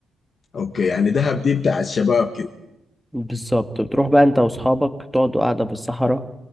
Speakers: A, on the left; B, in the centre.
A: أوكي يعني دهب دي بتاع الشباب كده
B: بالظبط بتروح بقى انت واصحابك تقعدوا قاعدة في الصحراء